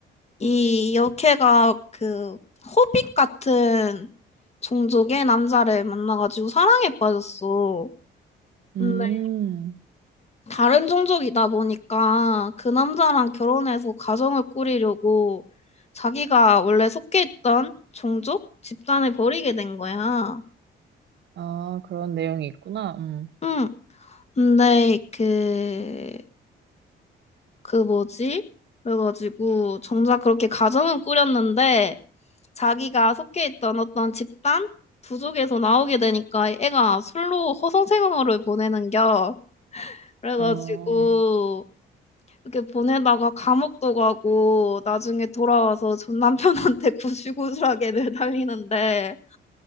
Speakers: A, on the left; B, on the right.
A: 이 여캐가 그 호빗 같은 종족의 남자를 만나가지고 사랑에 빠졌어.
B: 음,
A: 근데 다른 종족이다 보니까 그 남자랑 결혼해서 가정을 꾸리려고 자기가 원래 속해 있던 종족 집단을 버리게 된 거야.
B: 아, 그런 내용이 있구나. 음,
A: 응. 근데 그 그 뭐지? 그래가지고 정작 그렇게 가정은 꾸렸는데 자기가 속해 있던 어떤 집단 부족에서 나오게 되니까 애가 술로 허송세월을 보내는겨. 그래가지고
B: 어,
A: 이렇게 보내다가 감옥도 가고 나중에 돌아와서 전 남편한테 <laughs> 구실구실하게 매달리는데